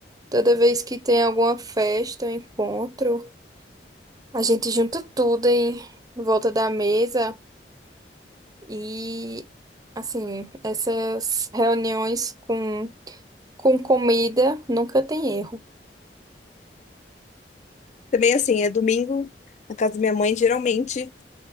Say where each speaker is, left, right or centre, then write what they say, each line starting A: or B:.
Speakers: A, on the right; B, on the left.
A: Toda vez que tem alguma festa, um encontro, a gente junta tudo em volta da mesa e, assim, essas reuniões com, com comida nunca tem erro.
B: Também assim, é domingo, na casa da minha mãe, geralmente,